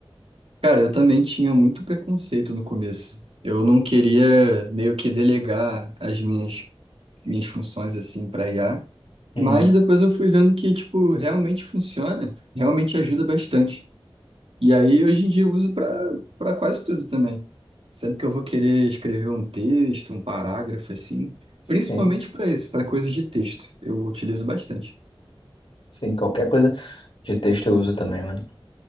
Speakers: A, on the right; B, on the left.
A: Cara, eu também tinha muito preconceito no começo. Eu não queria meio que delegar as minhas minhas funções assim para IA,
B: Uhum.
A: mas depois eu fui vendo que tipo realmente funciona, realmente ajuda bastante. E aí, hoje em dia, eu uso para para quase tudo também. Sempre que eu vou querer escrever um texto, um parágrafo, assim,
B: Sim,
A: principalmente para isso, para coisas de texto, eu utilizo bastante.
B: sim, qualquer coisa de texto eu uso também, mano.